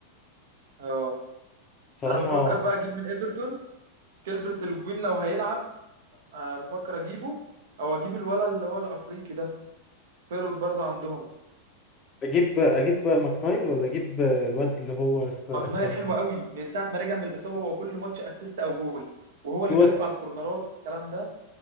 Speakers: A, on the right (about 55°); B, on the left (about 25°).
A: اه
B: صراحة
A: انا بفكر بقى اجيب من ايفرتون كيلفرت الوين لو هيلعب أه بفكر اجيبه او اجيب الولا اللي هو الافريقي ده فيرود برضه عندهم
B: اجيب اجيب ماكنايل ولا اجيب الواد اللي هو اسمه
A: مقنعي
B: استنى
A: الحلو قوي من ساعه ما رجع من الاصابه هو كل ماتش اسيست او جول وهو
B: في
A: اللي
B: واد
A: بيرفع الكورنرات والكلام ده